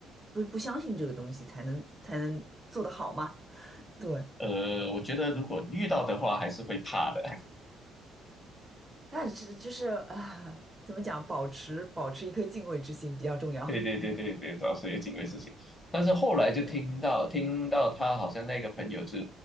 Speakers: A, on the right (about 15°); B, on the left (about 20°).
A: 不不相信这个东西，才能才能做得好嘛。<laughs> 对，
B: 呃，我觉得如果遇到的话还是会怕的。
A: 但是就是啊，怎么讲，保持保持一颗敬畏之心比较重要。
B: 对对对对对，找水警卫事情。但是后来就听到听到他好像那个朋友就
A: 对，